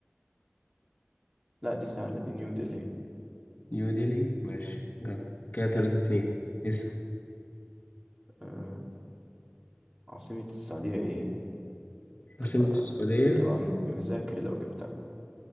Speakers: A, on the right; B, on the left.
A: لا دي سهلة دي نيو دلهي
B: نيو دلهي ماشي جدع كده تلاتة اتنين اسأل
A: آه عاصمة السعودية ايه
B: عاصمة
A: تبقى
B: السعودية
A: تبقى م- مذاكر لو جبتها